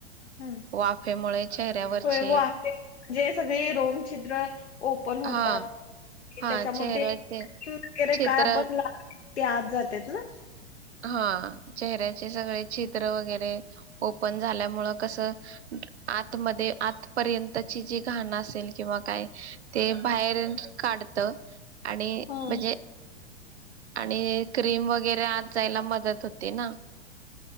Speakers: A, on the left; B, on the right.
A: हम्म,
B: वाफेमुळे चेहऱ्यावरचे
A: होय वाफे म्हणजे सगळी रोमछिद्र ओपन होतात.
B: हा
A: इ
B: हा
A: त्याच्यामुळं
B: चेहऱ्याचे
A: ते तीन किर
B: चित्र
A: काय पण लाव ते आत जातेत ना
B: आ चेहऱ्याचे सगळे छिद्र वगैरे ओपन झाल्यामुळ कसं आतमध्ये आतपर्यंतची जी घाणं असेल किंवा काय ते बाहेर काढत. आणि
A: ह
B: म्हणजे आणि क्रीम वगैरे आत जायला मदत होते ना